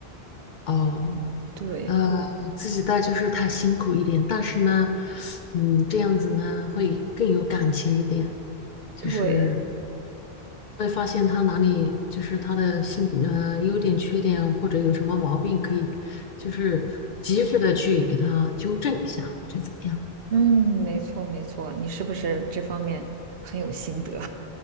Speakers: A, on the left; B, on the right.
A: 哦，
B: 对
A: 呃，自己带就是他辛苦一点，但是呢，嗯，这样子呢会更有感情一点，就是
B: 对，
A: 会发现他哪里就是他的性呃优点、缺点或者有什么毛病，可以就是及时的去给他纠正一下或者怎么样。
B: 嗯，没错没错，你是不是这方面很有心得？